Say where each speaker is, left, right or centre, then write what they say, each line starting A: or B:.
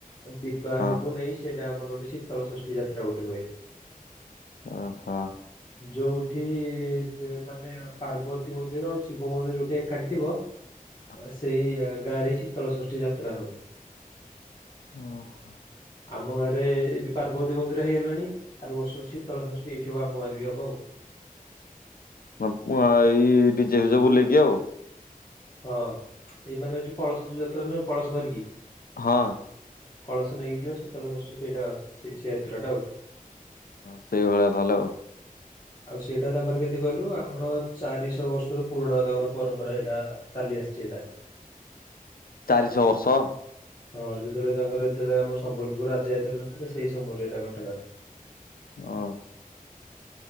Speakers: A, on the left; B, on the left.
A: ବିବାହକୁ
B: ହଁ
A: ନେଇ ସେଇଟା ଆମର ଗୋଟେ ଶୀତଳ ଷଷ୍ଠୀ ଯାତ୍ରା ଗୋଟେ ହୁଏ।
B: ଓ ହୋ
A: ଯୋଉଠି ମାନେ ପାର୍ବତୀ ମନ୍ଦିର ଆଉ ଶିବ ମନ୍ଦିର ଯୋଉଠି ଏକାଠି ଥିବ।
B: ହ
A: ସେଇ ଗାଁରେ ଶୀତଳ ଷଷ୍ଠୀ ଯାତ୍ରା ହୁଏ
B: ଓ ହୋ
A: ଆମ ଗାଁରେ ଏବେ ପାର୍ବତୀ ମନ୍ଦିର ହେଇଗଲାଣି ଆର ବର୍ଷଠି ଶୀତଳ ଷଷ୍ଠୀଇ ଉିବ ମୁୋଁର ବି ହବ ଆଉ
B: ହଁ ଏଇ ଡିଜେ ଫିଜେକୁୁ ନେଇେଇକି ଆଉ
A: ହଁ ଏଇ ମାନେ ଯଉ କଳସ ଯାତ୍ରା ନୁହେଁ କଳସ ଧରିକି
B: ହଁ
A: କଳସ ନେଇକିଯିବ ଶୀତଳ ସଷ୍ଠି ସେଇଟା ସେତ୍ରାଟା ଆଉ
B: ସେଇଭଳିଆ ତାହଲେ
A: ଆଉ ସେଇଟା ତାଙ୍କର କେତେ କହିଲୁ ଆମର ଚାରିଶହ ବର୍ଷର ପୁରୁଣା ତାଙ୍କର ପରମ୍ପରା ସେଇଟା ସନ୍ଦି ଅସିଛିଟା
B: ଚାରି ଛଅ ବର୍ଷ
A: ହଁ ଯେତେବେଳେ ତାଙ୍କର ଏତେଳେ ଆମ ସମ୍ବଲପୁର ରାଜା ହେଇଥିଲା ନଥିଲେ ସେଇ ସମୟରେ ଏଇଟା ଘଟଣା
B: ଓହୋ